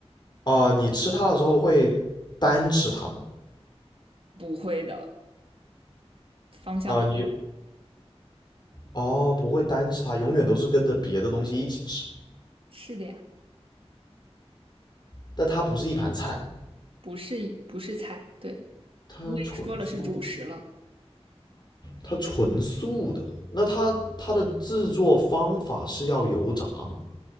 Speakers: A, on the left; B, on the right.
A: 啊、你吃它的时候会单吃它吗？
B: 不会的，方向对，
A: 啊、你哦不会单吃它，永远都是跟着别的东西一起吃，
B: 是的呀，
A: 但它不是一盘菜。
B: 不是不是菜，对，
A: 它纯素，
B: 因为说了是主食了，
A: 它纯素的，那它它的制作方法是要油炸吗？